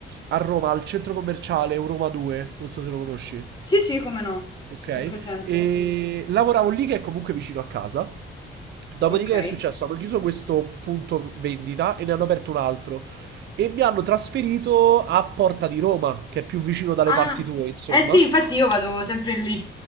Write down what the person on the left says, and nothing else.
Sì, sì, come no.
L'ho presente.
Ok.
Ah,
eh sì, infatti io vado sempre lì.